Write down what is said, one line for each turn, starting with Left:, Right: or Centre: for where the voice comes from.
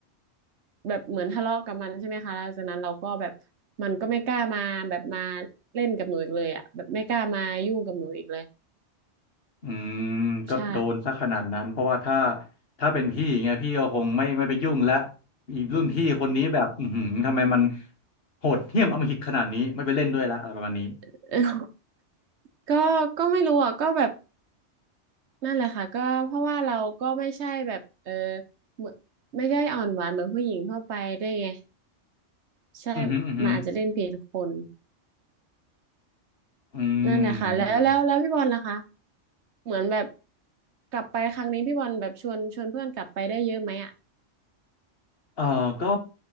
Right: แบบเหมือนทะเลาะกับมันใช่ไหมคะแล้วจากนั้นเราก็แบบมันก็ไม่กล้ามาแบบมาเล่นกับหนูอีกเลยอ่ะแบบไม่กล้ามายุ่งกับหนูอีกเลย
Left: อืมก็โดนซะขนาดนั้นเพราะว่าถ้า
Right: ใช่
Left: ถ้าเป็นพี่ไงพี่ก็คงไม่ไม่ไปยุ่งแล้วอีรุ่นพี่คนนี้แบบอือหือทำไมมันโหดเหี้ยมอำมหิตขนาดนี้ไม่ไปเล่นด้วยละอะไรประมาณนี้
Right: <laughs> ก็ก็ไม่รู้อ่ะก็แบบนั่นแหละค่ะก็เพราะว่าเราก็ไม่ใช่แบบเออเหมือนไม่ได้อ่อนหวานเหมือนผู้หญิงทั่วไปได้วยไงใช่
Left: อือหืออือหือ
Right: มันอาจจะเล่นผิดคน
Left: อืมนั่นแหละ
Right: นั่นแหละค่ะแล้วแล้วแล้วพี่บอลล่ะคะเหมือนแบบกลับไปครั้งนี้พี่บอลแบบชวนชวนเพื่อนกลับไปได้เยอะไหมอ่ะ
Left: เออก็